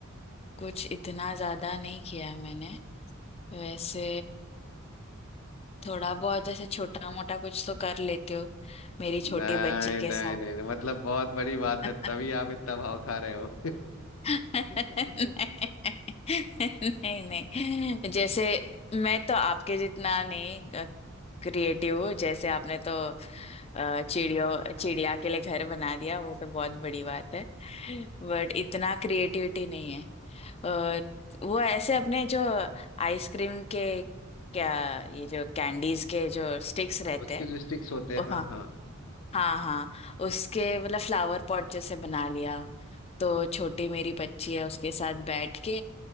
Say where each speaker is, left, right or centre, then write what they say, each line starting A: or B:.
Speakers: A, on the left (about 30°); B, on the left (about 70°).
A: कुछ इतना ज्यादा नहीं किया है मैंने वैसे थोड़ा बहुत ऐसे छोटा मोटा कुछ तो कर लेते हो मेरी छोटी
B: नहीं
A: बच्ची
B: नहीं
A: के साथ
B: नहीं नहीं, मतलब बहुत बड़ी बात है
A: <laughs>
B: तभी आप इतना भाव खा रहे हो
A: नहीं
B: <laughs>
A: नहीं नहीं जैसे मैं तो आपके जितना नहीं क्रिएटिव जैसे आपने तो अ, चिड़ियों चिड़िया के लिए घर बना दिया वो तो बहुत बड़ी बात है बट इतना क्रिएटिविटी नहीं है अ, वो ऐसे अपने जो आइसक्रीम के क्या ये जो कैंडीज के जो स्टिक्स रहते
B: उसके
A: हैं
B: जो स्टिक्स होते हैं
A: ओ,
B: हाँ
A: हाँ
B: हाँ
A: हाँ हाँ उसके मतलब फ्लावर पॉट जैसे बना लिया तो छोटी मेरी बच्ची है उसके साथ बैठ के